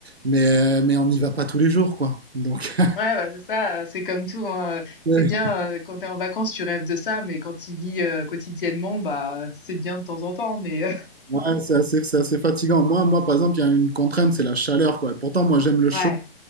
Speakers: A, on the right; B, on the left.
A: mais, euh, mais on n'y va pas tous les jours, quoi. Donc
B: Ouais, bah, c'est ça, euh, c'est comme tout, hein, euh,
A: <laughs>
B: C'est bien, euh, quand t'es en vacances, tu rêves de ça, mais quand tu vis euh, quotidiennement, bah, c'est bien de temps en temps, mais euh,
A: ouais, c'est assez, c'est assez fatigant. Moi, moi, par exemple, il y a une contrainte, c'est la chaleur, quoi. Pourtant, moi j'aime le
B: <laughs> ouais,
A: chaud.